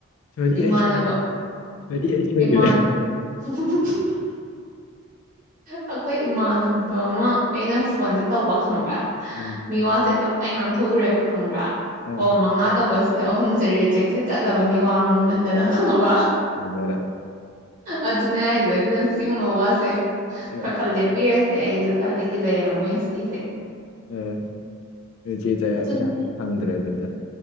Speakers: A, on the left; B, on the right.
A: ꯁꯣꯔꯤ
B: ꯏꯃꯥꯟꯅꯕ
A: ꯑꯩ ꯁꯣꯏ ꯁꯣꯔꯤ ꯑꯩ ꯁꯣꯏꯈ꯭ꯔꯦ
B: ꯏꯃꯥꯟ <inaudible> ꯑꯩꯈꯣꯏ ꯏꯃꯥꯟꯅꯕ ꯑꯃ ꯑꯩꯅ ꯐꯣꯟꯁꯦ ꯇꯧꯕ ꯈꯪꯉꯕ꯭ꯔꯥ
A: ꯎꯝ
B: ꯃꯤꯋꯥꯁꯦ ꯇꯞꯇ ꯉꯥꯡꯊꯣꯛꯎꯔꯦꯕ ꯈꯪꯕ꯭ꯔꯥ
A: ꯑ
B: ꯀꯣꯜ ꯃꯉꯥ ꯇꯧꯕꯁꯤꯗ ꯑꯍꯨꯝꯖꯦ ꯔꯤꯖꯦꯛꯁꯦ ꯆꯠꯂꯕ ꯃꯤ ꯋꯥ ꯉꯥꯡꯃꯟꯗꯅ ꯈꯪꯉꯕ
A: ꯐꯖꯔꯦ
B: ꯑꯗꯨꯅꯦ ꯍꯥꯢꯖꯦ ꯑꯗꯨꯅ ꯁꯤꯒꯨꯝꯕ ꯋꯥꯁꯦ
A: ꯎꯝ
B: ꯈꯔ ꯈ ꯂꯦꯞꯄꯤꯔꯁꯦ ꯑꯩꯗꯣ ꯇꯜꯂꯦ ꯀꯤꯖꯩꯑꯕ ꯃꯣꯏ ꯁꯤꯁꯦ
A: ꯑ ꯔꯤꯖꯦꯛ ꯆꯠꯂ
B: ꯑꯗꯨꯅꯦ
A: ꯄꯩꯁꯥ ꯑꯝꯇ ꯐꯪꯗ꯭ꯔꯦ ꯑꯗꯨꯗꯤ